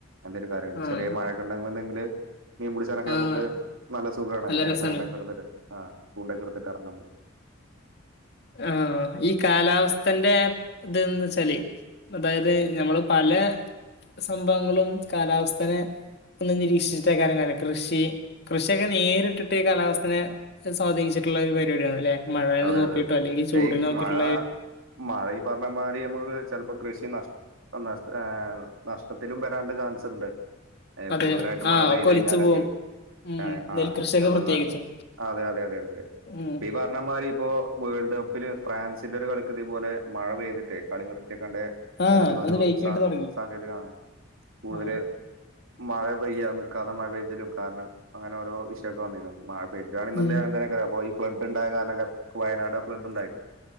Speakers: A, on the right (about 85°); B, on the left (about 55°).
A: എന്തെലും കയ
B: ആഹ്
A: ചെറിയ മഴയക്കെ ഉണ്ടുന്നുണ്ടെങ്കില് മീൻ പിടിച്ചാനൊക്കെ
B: ആഹ്
A: നമുക്ക് നല്ല സുഖണ് അങ്ങനെ
B: നല്ല രസാണ്
A: ചൂണ്ടൊക്കെ എടുത്തിട്ട് ആഹ് ചൂണ്ടൊക്കെ എടുത്തിട്ട് കറങ്ങാൻ പോവും
B: ഹ് ഈ കാലാവസ്ഥന്റെ ഇതെന്ന് വെച്ചാല് അതായത് ഞമ്മള് പല സംഭവങ്ങളും കാലാവസ്ഥനെ ഒന്ന് നിരീക്ഷിച്ചിട്ടയിക്കാരം കാര്യഒന്ന് കൃഷി കൃഷിയൊക്കെ നേരിട്ടിട്ട് ഈ കാലാവസ്ഥനെ സ്വാധീച്ചിട്ടുള്ളരു പരിപാടിയാണ് ല്ലെ മഴേനെ
A: അതെ
B: നോക്കി
A: അതെ അതെ
B: ട്ടോ അല്ലെങ്കിൽ
A: പക്ഷേ
B: ചൂടിനേ
A: ഈ
B: നോക്കിയിട്ടോ
A: മഴ മഴ ഈ പറഞ്ഞമാരി നമുക്ക് ചിലപ്പോ കൃഷി നഷ് നഷ് ഏ നഷ്ടത്തിലും വരാണ്ട ചാൻസ് ണ്ട് ഏ
B: അതെ
A: കൂടുതലായിട്ടും
B: ആഹ്
A: മഴ പെയ്ത്
B: ഒക്കെ ഒലിച്ചു
A: കഴിഞ്ഞാലൊക്കെ
B: പോവും ഉം
A: ഹ് ആ
B: നെൽകൃഷിയൊക്കെ
A: നമ്മളെ
B: പ്രത്യേകിച്ചും
A: നാ അതെ അതെ അതെ അതെ അതെ
B: ഉം
A: പിപാ പർഞമാധിരി മാരിപ്പോ വേൾഡ് കപ്പില് ഫ്രാൻസിന്റെ ഒരു കളിക്ക് ഇതുപോലെ മഴ പെയ്തിട്ടേ കളി നിർത്തി വെക്കേണ്ട അത്
B: ആഹ്
A: എന്തോരു
B: ലേറ്റ്
A: സ
B: ആയിട്ട് തുടങ്ങി
A: സാങ്കേതികമാണ് കൂടുതല്
B: ആഹ്
A: മഴ പെയ്യാൻ നിൽക്കാതെ മഴ പെയ്തിലും കാരണം അങ്ങനെ ഓരോ വിഷയൊക്കെ വന്നിന്നു മഴ പെജ്ജാണെന്നുണ്ടെങ്കിൽ
B: ഉം
A: അങ്ങനെ തന്നെ ആയിക്കാരം അപ്പോ ഈ ഫ്ലഡ്ണ്ടായ കാരണൊക്കെ വയനാട് ഫ്ലെഡ് ണ്ടായി